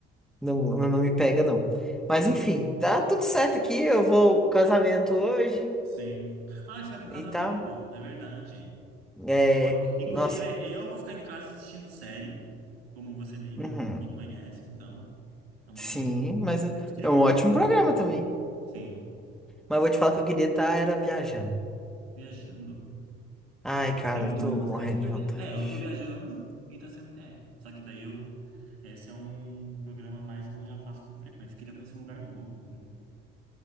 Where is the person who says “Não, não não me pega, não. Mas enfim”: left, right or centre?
Centre